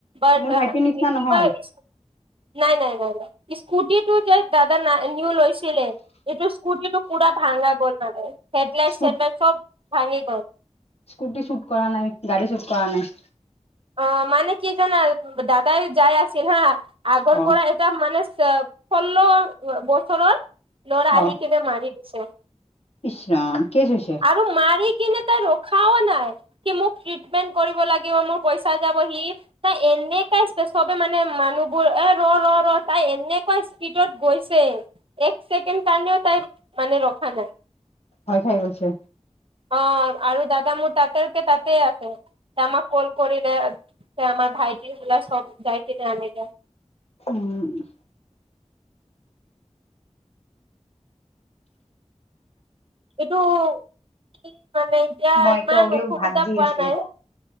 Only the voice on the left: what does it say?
মোৰ ভাইটিৰ নিচিনা
নহয়
স্কু
স্কুটি চুট কৰা নাই, গাড়ী চুট কৰা নাই।
অ
অ
ইচৰাম। কেচ হৈছে?
ভয় খাই গৈছে।
হু উ।
মই
এতিয়া অৰিঅক
ভাত দি
আছো